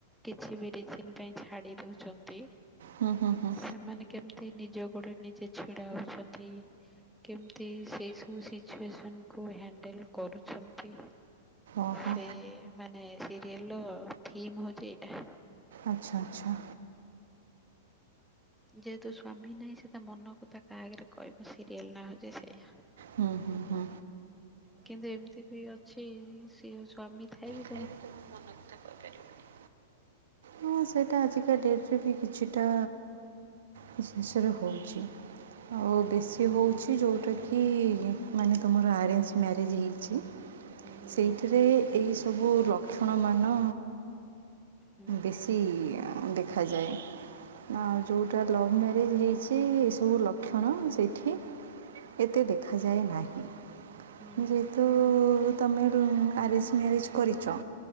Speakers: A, in the centre; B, on the right.
A: କିଛି ବି ରିଜିନ୍ ପାଇଁ ଛାଡ଼ି ଦେଉଛନ୍ତି।
B: ହୁଁ ହୁଁ ହୁଁ ହୁଁ
A: ସେମାନେ କେମତି ନିଜ ଗୋଡରେ ନିଜେ ଛିଡା ହେଉଛନ୍ତି। କେମିତି ସେଇ ସବୁ ସିଚୁଏସନ୍ କୁ ହ୍ୟାଣ୍ଡଲ କରୁଛନ୍ତି।
B: ଓହୋ
A: ସେ ମାନେ ସିରିଏଲ ର ଥିମ୍ ହଉଛି ଏଇଟା।
B: ଆଚ୍ଛା! ଆଚ୍ଛା!
A: ଯେହେତୁ ସ୍ଵାମୀ ନାହିଁ ସେ ତା ମନକଥା କାହା ଆଗରେ କହିବ ସିରିଏଲ ନା ହଉଛି ସେଇଆ।
B: ହଁ, ହଁ, ହଁ।
A: କିନ୍ତୁ ଏମିତି ବି ଅଛି ସି ସ୍ୱାମୀ ଥାଇ ବି
B: ଥାଇବି ତୋ ମନ କଥା କହିପାରିବୁନି। ହଁ ସେଇଟା ଆଜିକା ଡେଟ୍ ରେ ବି କିଛିଟା କିଛି ଜିନିଷରେ ହଉଛି। ଆଉ
A: ହୁଁ
B: ବେଶୀ ହଉଛି ଯୋଉଟା କି ମାନେ ତୁମର ଆରେଞ୍ଜ ମ୍ୟାରେଜ୍ ହେଇଛି।
A: ହୁଁ।
B: ସେଇଥିରେ ଏହି ସବୁ ଲକ୍ଷଣମାନ
A: ହୁଁ
B: ବେଶି ଦେଖାଯାଏ।
A: ହୁଁ
B: ଆଉ ଯୋଉଟା ଲଭ୍ ମ୍ୟାରେଜ୍ ହେଇଛି ଏ ସବୁ ଲକ୍ଷଣ ସେଠି ଏତେ ଦେଖାଯାଏ ନାହିଁ।
A: ହୁଁ
B: ଯେହେତୁ ତୋମେ ଦୁହେଁ ଆରେଞ୍ଜ ମ୍ୟାରେଜ୍ କରିଚ।